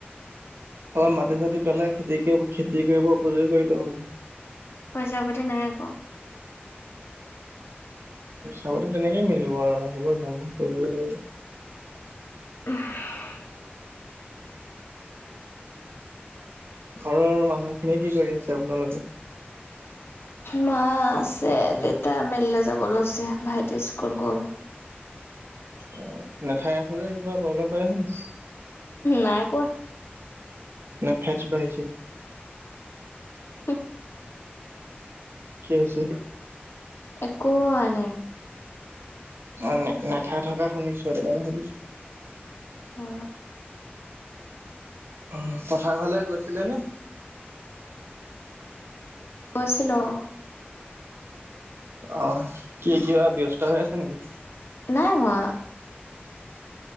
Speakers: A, on the right (about 80°); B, on the left (about 85°).
A: অলপ মাটি-চাটি পেলাই খেতি খেতি কৰিব উপযোগী কৰিলেই হ'ল।
B: পইচা-পাতি নাই আক।
A: পইচা-পাতি তেনেকেই মিলিব আৰু সেইবোৰ কামবোৰ কৰিবই লাগিব।
B: <unintelligible>
A: ঘৰৰ মানুহখিনিয়ে কি কৰি আছে আপোনালোকৰ?
B: মা আছে, দেতা মেললে যাব লৈছে, ভাইটি স্কুল গ'ল।
A: অ। নেথাই আছ যে কিবা প্ৰব্লেম পাই আছ নি?
B: নাই পোৱা।
A: নাই ফেটচ বাঢ়িছে।
B: <unintelligible>
A: কি হৈছে?
B: একো হোৱা নাই।
A: অ নেথাই থকা শুনিছো সেইটোকাৰণে সুধিছো।
B: অ।
A: অ। পথাৰলে গৈছিলে নে?
B: গৈছিলো অ।
A: অ, কি কিবা ব্যস্ত হৈ আছে নিকি?
B: নাই হোৱা।